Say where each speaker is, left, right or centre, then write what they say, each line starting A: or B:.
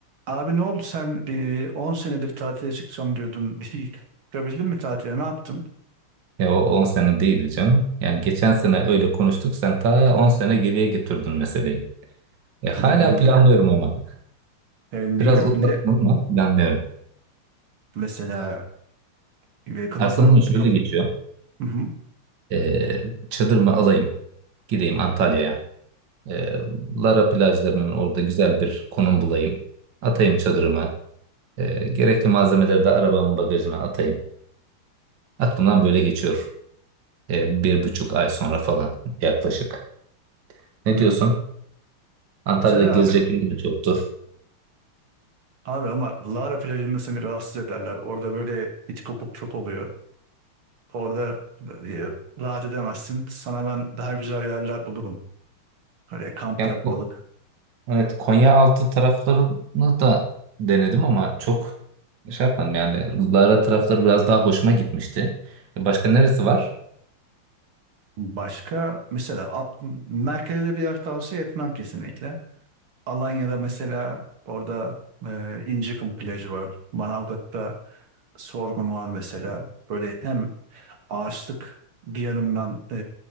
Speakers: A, on the right (about 80°); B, on the right (about 60°).
A: Abi ne oldu sen e, 10 senedir tatile çıkacağım diyordun. <laughs> Bir şey çıkabildin mi tatile? Ne yaptın?
B: Ya o 10 sene değildi canım. Yani geçen sene öyle konuştuk. Sen ta 10 sene geriye götürdün meseleyi. E, hala
A: Ee, Benim,
B: planlıyorum ama.
A: e, ne,
B: Biraz uzattım
A: ne
B: ama planlıyorum.
A: mesela e, kafasından
B: Aklımdan şöyle
A: kaf
B: geçiyor.
A: Hı hı.
B: E, çadırımı alayım. Gideyim Antalya'ya. E, Lara plajlarının orada güzel bir konum bulayım. Atayım çadırımı. E, gerekli malzemeleri de arabamın bagajına atayım. Aklımdan böyle geçiyor. E, bir buçuk ay sonra falan yaklaşık. Ne
A: Hı.
B: diyorsun? Antalya'da
A: Güzel
B: gezecek
A: abi.
B: yerimiz çoktur.
A: Abi ama Lara plajında seni rahatsız ederler. Orada böyle iç kopuk çok oluyor. Orada e, rahat edemezsin. Sana ben daha güzel yerler bulurum. Böyle kamp
B: Yani
A: yapmalık.
B: Evet, Konyaaltı taraflarını da denedim ama çok şey yapmadım yani Lara tarafları biraz daha hoşuma gitmişti. E, Başka neresi var?
A: Başka mesela a- merkezde bir yer tavsiye etmem kesinlikle. Alanya'da mesela orada e, İncikum plajı var. Manavgat'ta Sorgun var mesela. Böyle hem ağaçlık bir yanından e,